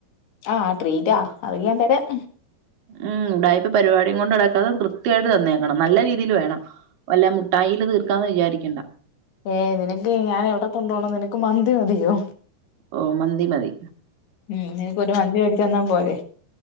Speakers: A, on the left; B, on the right.
A: ആഹ് ട്രീറ്റ്‌ അത ഞാൻ തരാം
B: ഉം ഉടായിപ്പൊ പരിപാടും കൊണ്ട് നടക്കാതെൃ വൃയായിട്ട് തന്നേക്കണം നല്ല രീതിയിൽ വേണം വല്ല മുട്ടായിൽ തീർക്കാന്ന് വിചാരിക്കേണ്ട
A: ഏയ് നിനക്ക് ഞാൻ എവിടെ കൊണ്ട പോണം നിനക്ക് മന്തി മതിയോ
B: ഓഹ് മന്തി മതി
A: ഉം നിനക്ക് ഒരു മന്തി മേടിച്ചു തന്നാ പോരെ